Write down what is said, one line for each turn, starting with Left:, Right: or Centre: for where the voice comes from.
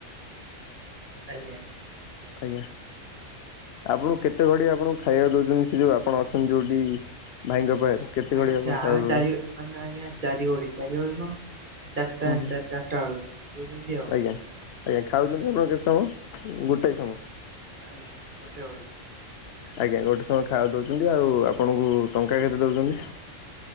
Right: ଆଜ୍ଞା।
Left: ଆଜ୍ଞା। ଆପଣଙ୍କୁ କେତେ ଘଡି ଆପଣଙ୍କୁ ଖାଇବାକୁ ଦଉଚନ୍ତି ସେ ଯୋଉ ଆପଣ ଅଛନ୍ତି ଯୋଉଠି ଭାଇଙ୍କ ପାଖରେ? କେତେ
Right: ଆଜ୍ଞା
Left: ଘଡ଼ି ଆପଣଙ୍କୁ
Right: ଯାହା
Left: ଖାଇବାକୁ
Right: ହେ
Left: ଦେଉଛନ୍ତି
Right: ଚାରି ମାନେ ଆଜ୍ଞା ଚାରି ଓଳି ଚାରିଓଳି କଣ ଚାରିଟା
Left: ହୁଁ
Right: ଚାରିଟା ବେଳକୁ ଦଉଚନ୍ତି ଆଉ।
Left: ଆଜ୍ଞା ଆଜ୍ଞା ଖାଉଚନ୍ତି ଆପଣ କେତେ ସମୟ ଗୋଟାଏ ସମୟ?
Right: ଆ ଆଜ୍ଞା ଗୋଟେ ଓଳି।
Left: ଆଜ୍ଞା ଗୋଟେ ସମୟ ଖାଇବା ଦଉଚନ୍ତି ଆଉ ଆପଣଙ୍କୁ ଟଙ୍କା କେତେ ଦଉଚନ୍ତି?